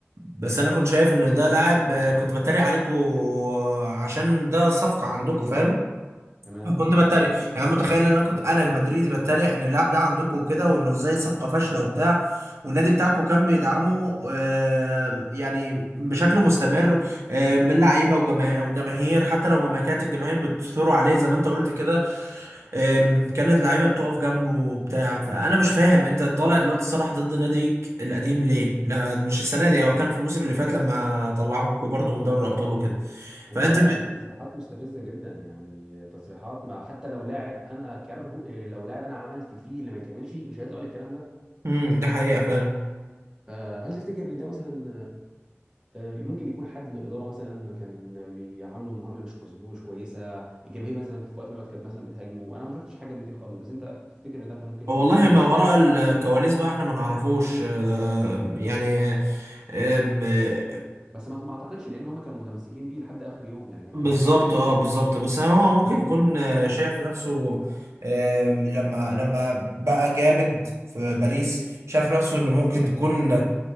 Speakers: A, on the right; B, on the right.
A: بس انا كنت شايف ان ده لاعب آه، كنت بتريق عليكم آه، عشان ده صفقه عندكم فاهم
B: تمام
A: فكنت بتريق يعني أنا متخيل ان انا كنت انا مدريدي بتريق ان اللاعب ده عندكم وكده وانه ازاي صفقه فاشله وبتاع والنادي بتاعكم كان بيدعمه آه يعني بشكل مستمر آه من لعيبه وجما- وجماهير حتى لو ما كانت الجماهير بتثور عليه زي ما انت قلت كده آم، كانت اللعيبه بتقف جنبه وبتاع فانا مش فاهم انت طالع دلوقتي الصراح ضد ناديك القديم ليه؟ لا مش السنه دي هو كان في الموسم اللي فات لما طلعوكوا برضه من دوري الابطال وكده
B: وطالع
A: فانت ب...
B: بتصريحات مستفزه جدا يعني تصريحات ما حتى لو لاعب انا كرهه إيه، لو لاعب انا عملت فيه اللي ما يتعملش مش هيطلع يقول الكلام ده
A: امم ده حقيقه فعلا
B: فهل تفتكر ان ده مثلا آه، ممكن يكون حد من الاداره مثلا كان بيعامله معامله مش مظبوطه مش كويسه الجماهير مثلا في وقت من الاوقات كانت مثلا بتهاجمه انا ما شفتش حاجه من دي خالص بس انت تفتكر ان ده كان ممكن يكون
A: والله
B: حصل
A: ما
B: يعني
A: وراء الكواليس بقى احنا ما نعرفوش آه، يعني آم، آه،
B: بس ما ما اعتقدش لان هم كانوا متمسكين بيه لحد اخر يوم يعني كانوا
A: بالظبط
B: عايزين يخ...
A: اه بالظبط بس هو ممكن يكون آه، شايف نفسه آم، لما لما بقى جامد في باريس شايف نفسه انه ممكن تكون